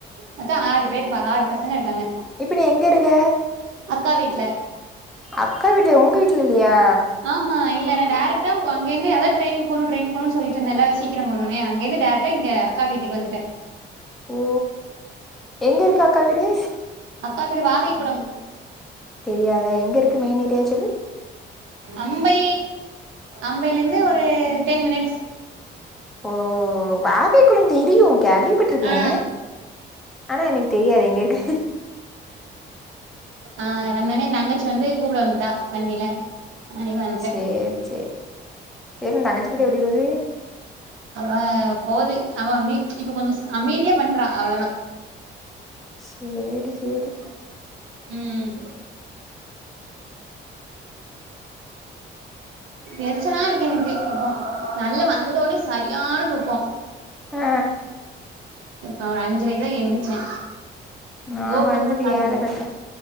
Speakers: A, on the right; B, in the centre.
A: மொத்தோ ஆறு பேர் ஆறு பசங்க இருக்காங்க
B: இப்ப நீ எங்க இருக்க
A: அக்கா வீட்ல
B: அக்கா வீட்ல உங்க வீட்ல இல்லையா
A: ஆஹா இல்ல ந டைரக்டா அங்கெரேந்து அதா ட்ரெயினக்கு போனு ட்ரெயினக்கு போனுனு சொல்லிட்ருந்தேல்ல சீக்கிரம் போணு அங்கே இர்ந்து டைரக் டா இங்க அக்கா வீட்டுக்கு வந்துட்டே
B: ஓ எங்க இருக்கு அக்கா வீடு
A: அக்காவீடு வாகைக்குளம்
B: தெரியாத எங்க இருக்கு மெய்ன் ஏரியா சொல்லு
A: அம்பை அம்பைலருந்து ஒரு டென் மினிட்ஸ்
B: ஓ வாகைகுளம் தெரியு கேள்விப்பட்ருகே
A: ஆ
B: ஆனா எனக்கு தெரியாது எங்க இருக்கு
A: ஆ வந்தனே எ தங்கச்சி வந்து கூப்புட வந்ட்டா வண்டில அன்னைக்கு வந்துட்டே
B: சேர் சேர் செரி உ தங்கச்சிகிட்ட எப்டி போது
A: ஆ போது அவ மே இப்ப கொஞ்சஸ் அமைதியா பண்றா அவ்ளோதா
B: சேரி சேரி
A: ம் எர்ச்சலா இருக்கு எனக்கு இப்போ நல்ல வந்த ஒன்னே சரியான தூக்கோ
B: அ
A: நா ஒரு அஞ்சரைகுதா எந்திச்சே
B: நா
A: கோகுல்
B: வந்து
A: தா
B: வேல
A: கால் பண்ணிருக்கா
B: பாத்தே